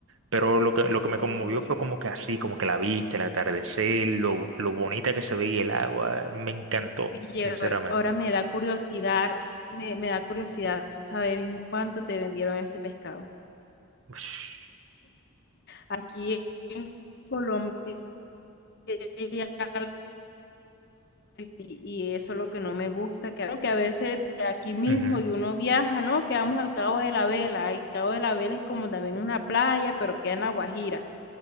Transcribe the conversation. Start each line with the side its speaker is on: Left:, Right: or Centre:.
Right: Pero lo que,
Left: Sí,
Right: lo que me conmovió fue como que así, como que la vista, el atardecer, lo, lo bonita que se veía el agua. eh, Me encantó,
Left: Oye,
Right: sinceramente.
Left: ahora, ahora me da curiosidad, me, me da curiosidad saber en cuánto te vendieron ese pescado.
Right: Ush,
Left: Aquí en Colombia hay algo, y, y eso es lo que no me gusta, que, que a veces de aquí mismo
Right: ujú.
Left: y uno viaja, ¿no? Que vamos al Cabo de la Vela, y Cabo de la Vela es como también una playa, pero queda en La Guajira,